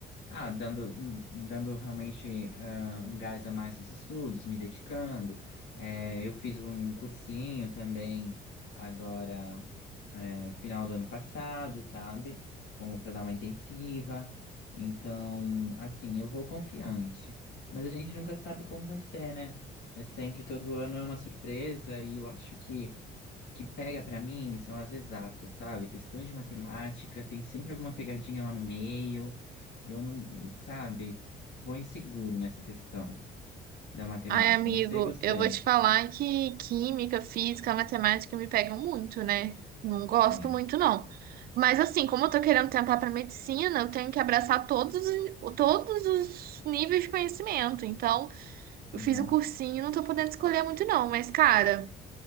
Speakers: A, on the left; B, on the right.
A: ah, dando, hum, dando realmente ah, um gás a mais nos estudos, me dedicando. Eh, eu fiz um cursinho também agora, eh, final do ano passado, sabe? Como para dar uma intensiva. Então, assim, eu vou confiante. Mas a gente nunca sabe como vai ser, né? É sempre todo ano é uma surpresa e eu acho que que pega pra mim são as exatas, sabe? Questão de matemática, tem sempre alguma pegadinha lá no meio. Eu não, sabe, vou inseguro nessa questão da matemática.
B: Ai, amigo,
A: Não sei você.
B: eu vou te falar que química, física, matemática me pegam muito, né? Não gosto
A: É,
B: muito, não. Mas assim, como eu tô querendo tentar para medicina, eu tenho que abraçar todos, os- todos os níveis de conhecimento. Então,
A: exato.
B: eu fiz o cursinho, não tô podendo escolher muito, não. Mas, cara.